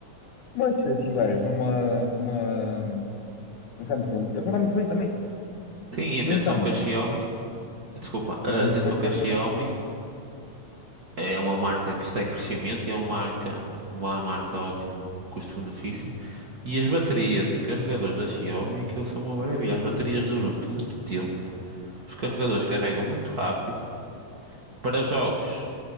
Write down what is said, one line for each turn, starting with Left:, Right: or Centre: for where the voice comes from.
Left: Mas se tiveres uma, uma, um Samsung, eles vão dar muito bem também.
Right: Sim, e atenção
Left: No entanto,
Right: que a Xiaomi, desculpa,
Left: diz
Right: eh,
Left: esforço,
Right: atenção que
Left: esforço,
Right: a
Left: esforço.
Right: Xiaomi eh, é uma marca que está em crescimento e é uma marca, uma marca ótimo custo-benefício. E as baterias e carregadores da Xiaomi, aquilo são uma maravilha. As baterias duram-te muito tempo, os carregadores carregam muito rápido. Para jogos,